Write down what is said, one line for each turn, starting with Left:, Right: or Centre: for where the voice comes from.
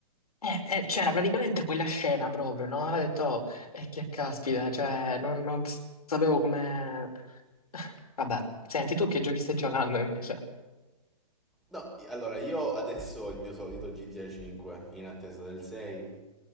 Left: Eh, eh, c'era praticamente quella scena proprio, no? Ho detto, oh, e che caspita, cioè non, non s- sapevo come... Vabbè, senti tu che giochi stai giocando invece?
Centre: No, allora io adesso ho il mio solito GTA 5 in attesa del 6